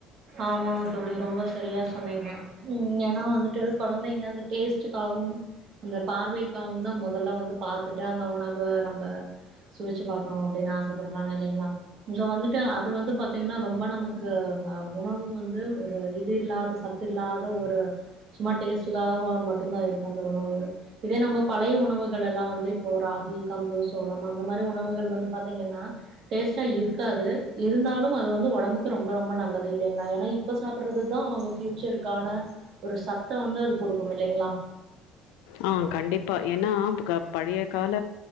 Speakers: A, on the right; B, on the left.
A: ஆமா தோழி ரொம்ப சரியா சொன்னீங்க ம் எனா வந்துட்டு கொழந்தைங்க அந்த டேஸ்டுக்காகு அந்த பார்வைக்காவுதா மொதல்ல வந்து பாத்துட்டு அந்த உணவு நம்ப சுவச்சு பாக்கணு அப்டின்னு ஆசப்பட்றாங்க இல்லைங்ளா கொஞ்சோ வந்துட்டு அது வந்து பாத்தீங்கன்னா ரொம்ப நமக்கு ப உணவு வந்து ஒரு இது இல்லாத சத்து இல்லாத ஒரு சும்மா டேஸ்டுக்காக மட்டுதா இருக்கு அந்த உணவுகள் இதே நம்ம பழைய உணவுகள்லலா வந்து இப்போ ராகி கம்பு சோளம் அந்த மாரி உணவுகள் வந்து பாத்தீங்கன்னா டேஸ்ட்டா இருக்காது இருந்தாலும் அது வந்து ஒடம்புக்கு ரொம்ப ரொம்ப நல்லது இல்லைங்ளா எனா இப்ப சாப்பட்றதுதா அவங்க ஃபியூச்சருக்கான ஒரு சத்தோ வந்து அது கொடுக்கு இல்லைங்களா
B: ஆ கண்டிப்பா எனா பழைய கால